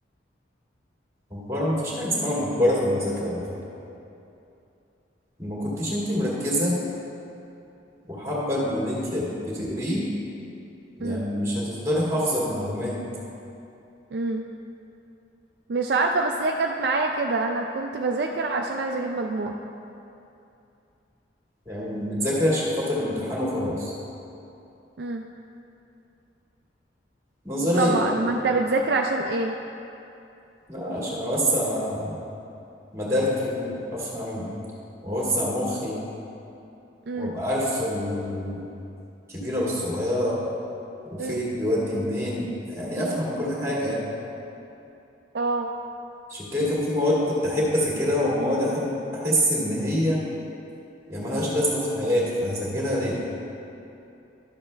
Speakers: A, on the right (about 15°); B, on the right (about 55°).
A: مجبرة ما فيش حاجة اسمها مجبرة في المذاكرة على فكرة ما كنتش انت مركزة وحابة اللي انت بتقريه يعني
B: مم.
A: مش هتفضلي حافظة المعلومات
B: مم. مش عارفة بس هي جت معايا كده انا كنت بذاكر عشان عايزة اجيب مجموع
A: يعني بتذاكري عشان خاطر الامتحان وخلاص
B: مم.
A: نظرية
B: طبعا
A: برضه
B: ما انت بتذاكر عشان ايه
A: لا عشان أوسع مداركي وأفهم وأوسع مخي
B: مم.
A: وأبقى عارف الكبيرة والصغيرة وفين
B: مم.
A: بيودي منين يعني أفهم كل حاجة يعني
B: اه
A: عشان كده كان في مواد كنت أحب أذاكرها ومواد أحب أحس إن هي يعني ملهاش لازمة في حياتي فهذاكرها ليه؟